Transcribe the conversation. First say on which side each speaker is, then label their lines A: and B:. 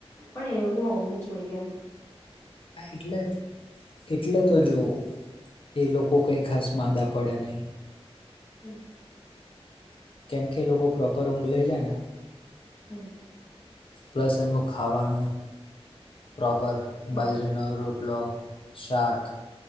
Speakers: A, on the left; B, on the left.
A: પણ એવું હોવું જોઈએ.
B: હા એટલે એટલે તો જોઓ એ લોકો કંઈ ખાસ માદા પડે નહીં.
A: હમમ.
B: કેમ કે એ લોકો પ્રોપર ઊંઘ લઈ લે ને.
A: હમમ.
B: પ્લસ એમનું ખાવાનું પ્રોપર
A: હા
B: બાજરીનો રોટલો શાક